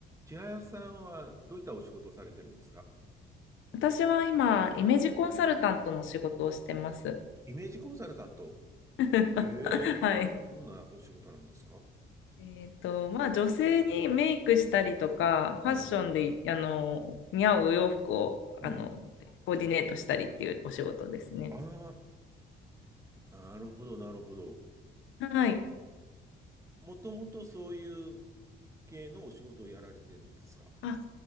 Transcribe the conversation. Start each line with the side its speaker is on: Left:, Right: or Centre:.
Right: 千早さんはどういったお仕事をされてるんですか
Left: 私は今、イメージコンサルタントの仕事をしてます。
Right: イメージコンサルタント。
Left: <laughs>
Right: へえ、
Left: はい。
Right: ど、どんなお仕事なんですか
Left: えっと、まあ、女性にメイクしたりとか、ファッションで、
Right: うん、
Left: あの、似合うお洋服を、あの、
Right: うん。
Left: コーディネートしたりっていうお仕事ですね。
Right: ああ、なるほど、なるほど。
Left: はい。
Right: もともとそういう系のお仕事をやられてるんですか
Left: あ、